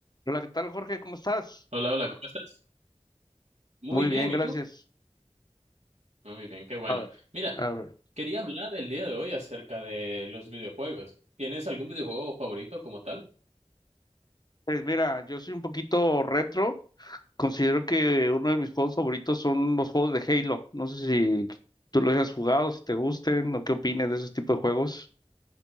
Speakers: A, on the left; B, on the right.
A: Hola, ¿qué tal, Jorge? ¿Cómo estás?
B: Hola, hola, ¿cómo estás? Muy
A: Muy
B: bien,
A: bien, gracias.
B: ¿y tú? Muy bien, qué bueno.
A: A ver,
B: Mira,
A: a ver.
B: quería hablar el día de hoy acerca de los videojuegos. ¿Tienes algún videojuego favorito como tal?
A: Pues mira, yo soy un poquito retro. Considero que uno de mis juegos favoritos son los juegos de Halo. No sé si tú los hayas jugado, si te gusten o qué opines de esos tipos de juegos.